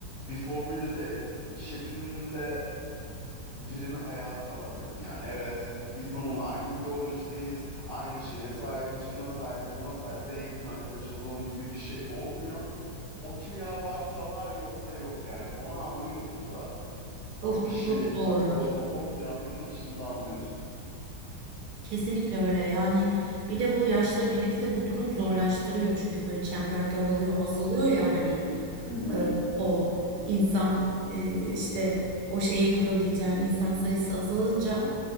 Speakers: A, on the left (about 65°); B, on the right (about 70°).
A: Bir formülize şeklinde birini hayata alamıyorsun. Yani evet biz bununla aynı ideolojideyiz, aynı şeye sahibiz, şuna sahibiz, buna sahibiz, en yakın arkadaş olalım gibi bir şey olmuyor. O kimya varsa var yoksa yok yani. Onu anlıyorsun zaten.
B: Of
A: Bu kişiyle
B: bu çok
A: yakın
B: doğru.
A: arkadaş olup olmayacağını ilk tanıştığında anlıyorsun.
B: Kesinlikle öyle yani bir de bu yaşla birlikte bu durum zorlaştırıyor çünkü böyle çember daralıyor azalıyor ya hani
A: Hı hı.
B: e, o insan e, işte o şeyi kurabileceğin insan sayısı azalınca